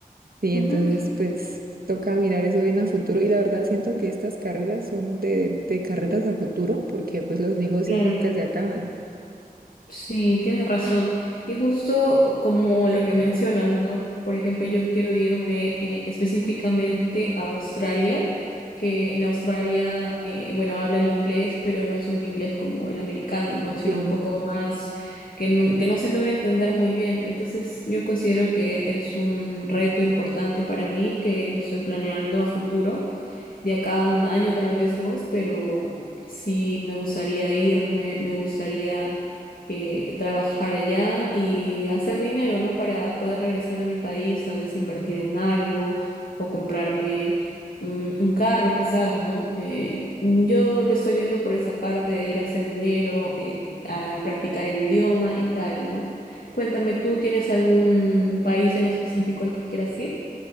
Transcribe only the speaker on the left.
Ujú,
Claro.
Sí, tienes razón. Y justo como lo que mencionas, ¿no? Por ejemplo, yo quiero irme eh, específicamente a Australia, que en Australia, eh, bueno, hablan inglés, pero no es un inglés como el americano, ¿no? Sino
un poco más que no, que no se logra entender muy bien. Entonces, yo considero que es un reto importante para mí, que lo estoy planeando a futuro de acá a un año, tal vez dos, pero sí me gustaría irme, me gustaría eh, trabajar allá y hacer dinero, ¿no? Para poder regresar a mi país, tal vez invertir en algo o comprarme un, un carro, quizás, ¿no? Eh, yo lo estoy viendo por esa parte de ir a hacer dinero, eh, a practicar el idioma y tal, ¿no? Cuéntame, ¿tú tienes algún país en específico al que quieras ir?